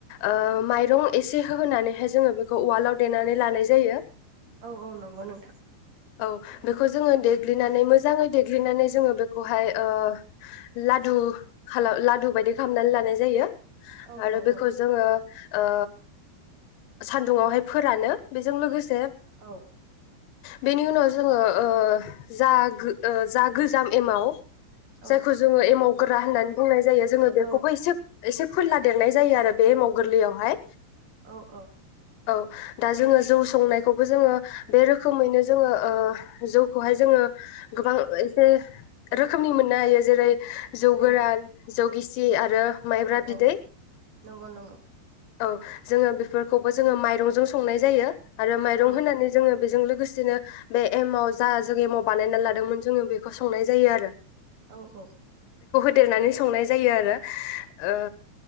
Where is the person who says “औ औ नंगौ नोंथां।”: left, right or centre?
Right